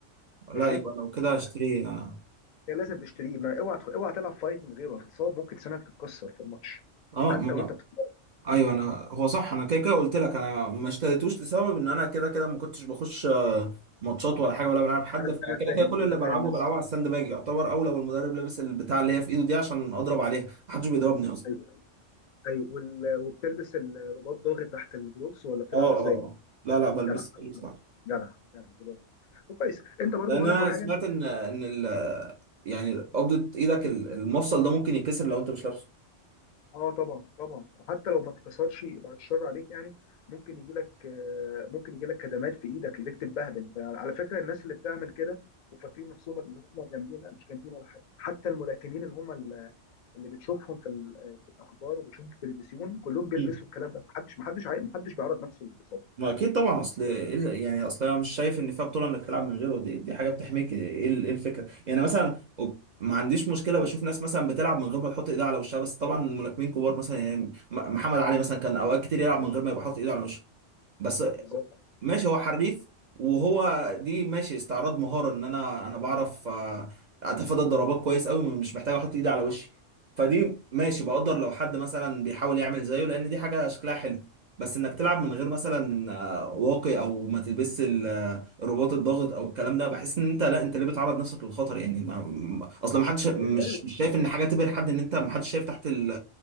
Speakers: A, on the left (about 60°); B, on the right (about 55°).
A: ماشي
B: لا يبقى لو كده هشتري اه
A: ده لازم تشتريه ما اوعى اوعى تلعب فايت من غيره هتتصاب ممكن سنانك تتكسر في الماتش
B: آه،
A: حتى
B: ما
A: لو انت
B: أنا-
A: بتتمرن
B: ايوه انا هو صح انا كده كده قلت لك انا ما اشتريتوش لسبب ان انا كده كده ما كنتش بخش آه، ماتشات ولا حاجه ولا بلعب حد
A: انا
B: فكده
A: انا فاهم
B: كده كل اللي
A: انا
B: بلعبه
A: فاهم بس
B: بلعبه على الساند باج يعتبر او لو المدرب لابس البتاع اللي هي في ايده دي عشان اضرب عليها محدش بيضربني اصلا
A: ايوه ايوه وال- وبتلبس الرباط ضاغط تحت الجلوبس ولا بتلعب
B: اه
A: ازاي؟
B: اه آه. لا لا بلبس
A: جدع
B: بلبس تحت
A: جدع جدع برافو طب كويس انت برضو
B: لان
A: هقول
B: انا
A: لك على حاجه
B: سمعت ان ان ال... يعني قبضه ايدك ال- المفصل ده ممكن يتكسر لو انت مش لابسه
A: اه طبعا طبعا وحتى لو ما اتكسرش يبقى الشر عليك يعني ممكن يجي لك آه، ممكن يجي لك كدمات في ايدك ايدك تتبهدل فعلى فكره الناس اللي بتعمل كده وفاكرين نفسهم اللي هم جامدين لا مش جامدين ولا حاجه حتى الملاكمين اللي هم ال- اللي بتشوفهم في ال- في الاخبار وبتشوفهم في التلفزيون كلهم بيلبسوا
B: امم
A: الكلام ده محدش محدش عاي- محدش بيعرض نفسه للاصابه
B: ما اكيد طبعا اصل إيه ال- يعني اصل انا مش شايف ان فيها بطوله انك تلعب من غيره دي, دي حاجه بتحميك ايه ال- إيه الفكره يعني مثلا أوك- ما عنديش مشكله بشوف ناس مثلا بتلعب من غير ما تحط ايدها على وشها بس طبعا الملاكمين كبار مثلا يعني م- محمد علي مثلا كان اوقات كتير يلعب من غير ما يبقى حاطط ايده على وشه بس
A: بالظبط
B: ماشي هو حريف وهو دي ماشي استعراض مهارة ان انا انا بعرف آه، اتفادى الضربات كويس قوي مش محتاج احط ايدي على وشي فدي ماشي بقدر لو حد مثلا بيحاول يعمل زيه لان دي حاجة شكلها حلو بس انك تلعب من غير مثلا آه، واقي او ما تلبسش ال- آه، الرباط الضاغط او الكلام ده بحس ان انت لا انت ليه بتعرض نفسك للخطر يعني ما ما- اصلا ما حدش مش
A: ايوه يعني
B: مش شايف ان حاجة تبهر حد ان انت ما حدش شايف تحت ال-